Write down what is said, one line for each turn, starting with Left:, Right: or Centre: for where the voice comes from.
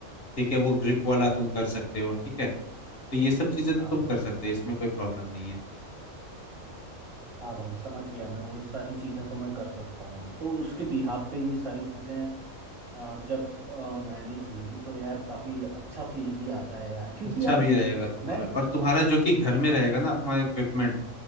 Left: ठीक है वो ग्रिप वाला तुम कर सकते हो ठीक है तो ये सब चीजें तो
Right: हाँ
Left: तुम कर सकते हो इसमें कोई प्रॉब्लम नहीं है
Right: हाँ भाई समझ गया मैं वो सारी चीज़ें तो मैं कर सकता हूँ तो उसके बिहाफ पे ये सारी चीज़ें अ, जब मैनेज होंगी तो यार काफ़ी अच्छा फील भी आता है यार क्योंकि
Left: अच्छा
Right: यार
Left: भी रहेगा तुम्हारा
Right: मैं
Left: और तुम्हारा जो कि घर में रहेगा ना अपना इक्विपमेंट